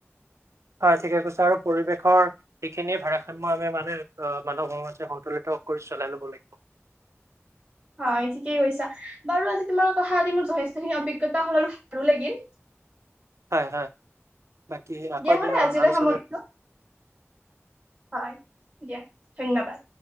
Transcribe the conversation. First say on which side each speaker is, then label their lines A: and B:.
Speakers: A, on the right (about 75°); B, on the right (about 15°).
A: হয় ঠিকে কৈছে আৰু পৰিৱেশৰ সেইখিনিয়ে ভাৰাসাম্য ভাবে মানে মানৱ সমাজে সন্তুলিত কৰি চলাই ল'ব লাগিব।
B: হয় ঠিকেই কৈছা বাৰু আজি তোমাৰ কথা আজি মোৰ যথেষ্টখিনি অভিজ্ঞতা হ'ল অলপ ভালো লাগিল।
A: হয় হয়, বাকী আকৌ
B: দিয়া
A: এদিন
B: হ'লে আজিলৈ
A: আলোচনা
B: সামৰিলো হয় দিয়া ধন্যবাদ।